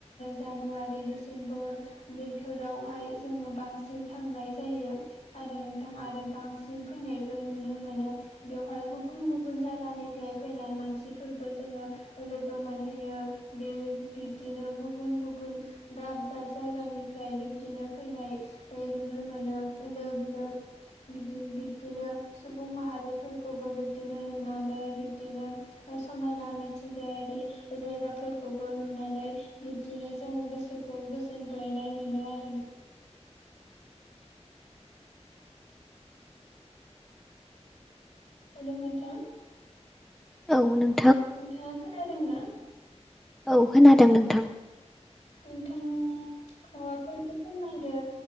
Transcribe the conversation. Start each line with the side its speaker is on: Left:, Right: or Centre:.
Left: जानुवारि सेम्ब बेफोरावहाय जोङो बांसिन थांनाय जायो आरो नोंथां आरो बांसिन फैनायबो नुनो मोनो बेवहाय गुबुन गुबुन जायगानिफ्राय फैनाय मानसिफोरबो जोङो लोगो मोनहैनो बिब्दिनो गुबुन गुबुन दाब दाब जायगानिफ्राय बिबदिनो फैनाय नुनो मोनो लोब लोब बिदि बिब्दिनो सुबुं माहारिफोरखौबो बिब्दिनो नुनानै बिब्दिनो समायना मिथिंगायारि जायगाफोरखौबो नुनानै बि्दिनो जोङो गोसो खौ गोजोनग्लायनाय मोनो आरो हेलौ नोंथां
Centre: औ नों
Left: नोंथाङा खोनादोंना
Centre: औ खोनादों नोंथां?
Left: नोंथां फोर फोरमायनो